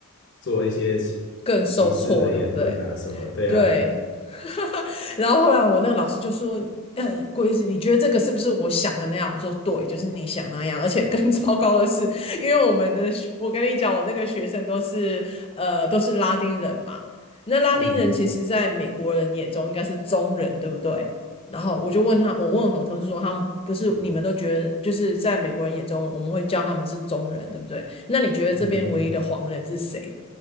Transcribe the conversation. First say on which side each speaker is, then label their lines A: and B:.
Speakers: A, on the left (about 60°); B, on the left (about 25°).
A: 做一些歧歧视的言论啊什么，
B: 更受挫，对不对？
A: 对啊。
B: 对。<laughs> 然后后来我那个老师就说：“呃，郭医师，你觉得这个是不是我想的那样？”我说：“对，就是你想那样。而且更 <laughs> 糟糕的是，因为我们的学我跟你讲，我那个学生都是呃都是拉丁人嘛。那拉丁人其实在美国人眼中应该是中人，
A: 嗯
B: 对不对？”然后我就问他，我问我同事说，他们不是你们都觉得，就是在美国人眼中，我们会叫他们是中人，对不对？那你觉得这边唯一的黄人是谁？
A: 嗯，